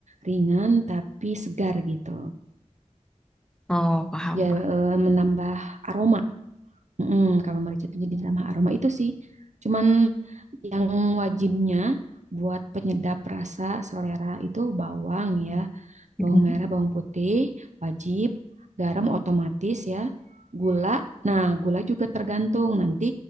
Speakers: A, on the right (about 65°); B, in the centre.
A: Ringan tapi segar gitu.
B: oh paham
A: Ya
B: paham.
A: eh, menambah aroma. Mm-mm, kalau merica itu jadi menambah aroma itu sih. Cuman yang wajibnya buat penyedap rasa selera itu bawang ya
B: Mhm.
A: bawang merah, bawang putih, wajib, garam otomatis ya, gula. Nah, gula juga tergantung nanti